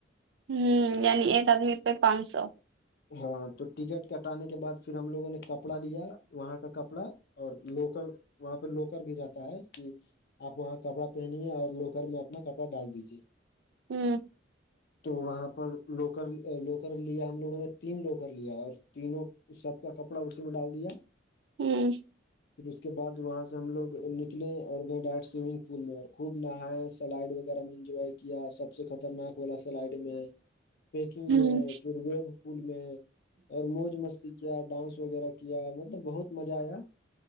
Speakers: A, on the right; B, on the left.
A: ہوں یعنی ایک آدمی پہ پانچ سو
B: ہاں تو ٹکٹ کٹانے کے بعد پھر ہم لوگوں نے کپڑا لیا وہاں کا کپڑا اور لوکر وہاں پہ لوکر بھی رہتا ہے کہ آپ وہاں کپڑا پہنیے اور لوکر میں اپنا کپڑا ڈال دیجے
A: ہوں
B: تو وہاں پر لوکل لوکل ل ہم لوگوں نے تین لو کر لیا اور تینوں سب کا کپڑا اسی میں ڈال دیا
A: ہوں
B: پھر اس کے بعد وہاں سے ہم لوگ نکلے اور گئے ڈائٹ سوئمنگ پل میں اور خوب نہایا سلائڈ وغیرہ میں انجوائے کیا سب سے خطرناک اولا سلائڈ میں پیکنگ
A: ہوں
B: میں پھر اسکول میں اور موج مستی کیا ڈانس وغیرہ کیا مطلب بہت مزہ آیا